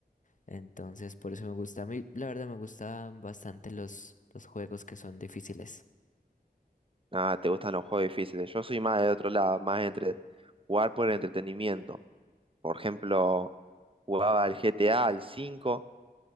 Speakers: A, on the left; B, on the right.
A: Entonces, por eso me gusta. A mí, la verdad, me gustan bastante los, los juegos que son difíciles.
B: Ah, te gustan los juegos difíciles. Yo soy más de otro lado, más entre jugar por el entretenimiento. Por ejemplo, jugaba al GTA, al 5,